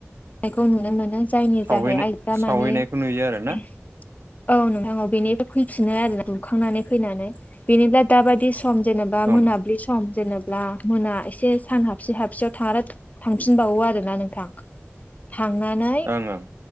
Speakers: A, on the left; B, on the right.
A: खौ नुनो मोनो। जायनि
B: सावहैनो
A: जाहै आइजोफ्रा माने
B: सावहैनायखौ
A: औ
B: नुयो आरोना
A: नोंथां औ बेनि फैफिनो आरो बुखांनानै फैनानै बेनिफ्राय दाबादि सम जेनेबा
B: ओं
A: मोनाबलि सम जेने ब्ला मोना एसे सान हाबसे हाबसेयाव थारो थांफिनबावो आरोना नोंथां। थांनानै
B: ओं ओं